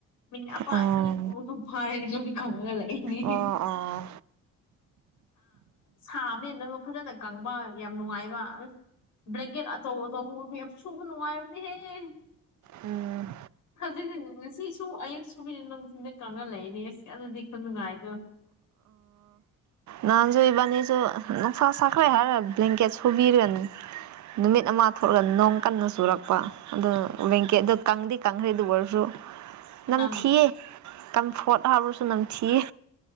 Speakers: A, on the left; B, on the right.
A: ꯃꯤꯅ ꯑꯃꯅꯤ
B: ꯑꯣ
A: ꯄ ꯑꯗꯨꯝ ꯐꯥꯔꯅꯤ ꯂꯃꯤ ꯈꯪꯉꯒ ꯂꯩꯅꯤꯗꯤ
B: ꯑꯣ ꯑꯣ
A: ꯁꯥꯕꯅꯦ ꯅ ꯐꯖꯅ ꯀꯪꯕ ꯌꯥꯝ ꯅꯨꯡꯉꯥꯏꯕ ꯑ ꯕ꯭ꯂꯦꯡꯀꯦꯠ ꯑꯆꯧ ꯑꯆꯧꯕ ꯃꯤ ꯌꯥꯝ ꯁꯨꯕ ꯅꯨꯡꯉꯥꯏꯕꯅꯦꯍꯦ
B: ꯎꯝ
A: ꯈꯖꯤꯛꯖꯤ ꯉꯁꯤꯁꯨ ꯑꯌꯨꯛ ꯁꯨꯕꯤꯗ ꯅꯨꯡꯊꯤꯟꯗ ꯀꯪꯍꯜꯂꯛꯏꯅꯦ ꯑꯦꯁ ꯑꯗꯨꯗꯤ ꯈꯨꯅꯨꯡꯉꯥꯏꯗꯣ
B: ꯅꯥꯟꯖꯨꯕꯅꯤꯁꯨ ꯆꯈ꯭ꯔꯦ ꯍꯥꯏꯔ ꯭ꯂꯀꯦꯠ ꯐꯨꯕꯤꯔꯒꯅꯤ ꯅꯨꯃꯤꯠ ꯑꯃ ꯊꯣꯛꯂꯒ ꯅꯣꯡ ꯀꯟꯅ ꯆꯨꯔꯛꯄ ꯑꯗꯨꯗꯣ ꯦꯦꯡꯀꯦ ꯑꯗꯨꯣ ꯀꯪꯗꯤ ꯀꯪꯔꯤꯦ ꯑꯗꯨ ꯋꯥꯔꯁꯨꯁꯨ
A: ꯃꯅꯝ
B: ꯅꯝ ꯊꯤꯦ ꯀꯝꯐꯣꯔꯠ ꯍꯥꯏꯕꯁꯨ ꯅꯝꯊꯤꯌꯦ